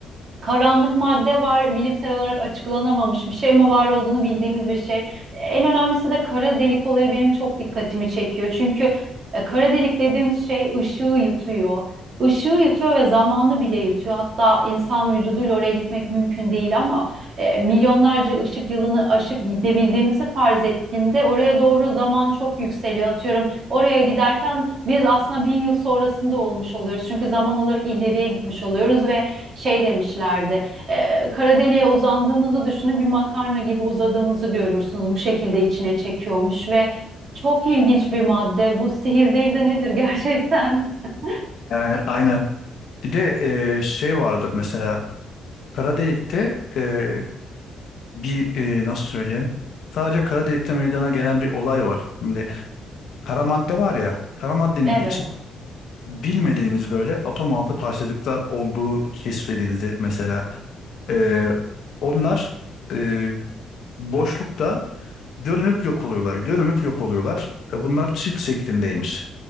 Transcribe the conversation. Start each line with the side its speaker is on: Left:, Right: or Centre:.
Right: karanlık madde var, bilimsel olarak açıklanamamış bir şey ama var olduğunu bildiğimiz bir şey. En önemlisi de kara delik olayı benim çok dikkatimi çekiyor. Çünkü e, kara delik dediğimiz şey ışığı yutuyor. Işığı yutuyor ve zamanı bile yutuyor. Hatta insan vücuduyla oraya gitmek mümkün değil ama e, milyonlarca ışık yılını aşıp gidebildiğimizi farz ettiğimde oraya doğru zaman çok yükseliyor. Atıyorum oraya giderken biz aslında bin yıl sonrasında olmuş oluyoruz. Çünkü zaman olarak ileriye gitmiş oluyoruz ve şey demişlerdi. E, kara deliğe uzandığınızı düşünün bir makarna gibi uzadığınızı görürsünüz. Bu şekilde içine çekiyormuş ve çok ilginç bir madde. Bu sihir değil de nedir gerçekten? <laughs>
Left: Yani aynen. Bir de e, şey vardır mesela kara delikte e, bir e, nasıl söyleyeyim? Sadece kara delikte meydana gelen bir olay var. Şimdi kara madde var ya, kara maddenin
Right: Evet.
Left: içi bilmediğimiz böyle atom altı parçacıklar olduğu keşfedildi mesela. E, onlar e, boşlukta görünüp yok oluyorlar, görünüp yok oluyorlar. E, bunlar çift şeklindeymiş.